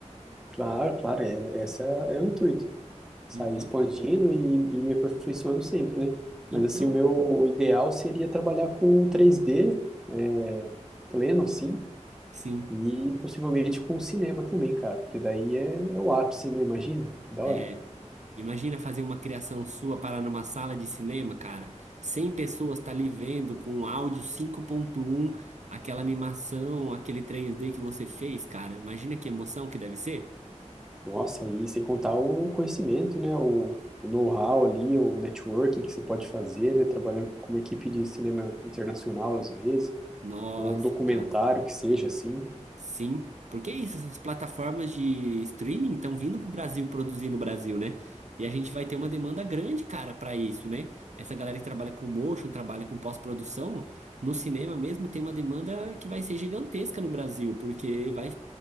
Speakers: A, in the centre; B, on the right.
A: Claro, claro, é, esse é, é o intuito. sair
B: Então,
A: expandindo e, e me aperfeiçoando sempre, né? Mas
B: então,
A: assim, o meu ideal seria trabalhar com 3D, é, pleno, assim,
B: sim.
A: e possivelmente com cinema também, cara, porque daí é o ápice, né? Imagina, que da
B: É,
A: hora.
B: imagina fazer uma criação sua parar numa sala de cinema, cara. cem pessoas tá ali vendo com um áudio cinco ponto um, aquela animação, aquele três d que você fez, cara. Imagina que emoção que deve ser.
A: Nossa, e sem contar o conhecimento, né? O, o know-how ali, o networking que você pode fazer, né? Trabalhando com uma equipe de cinema internacional, às vezes,
B: Nossa,
A: ou um documentário
B: cara.
A: que seja assim.
B: Sim, porque é isso, essas plataformas de streaming estão vindo pro Brasil produzir no Brasil, né? E a gente vai ter uma demanda grande, cara, para isso, né? Essa galera que trabalha com motion, trabalha com pós-produção, no cinema mesmo tem uma demanda que vai ser gigantesca no Brasil, porque vai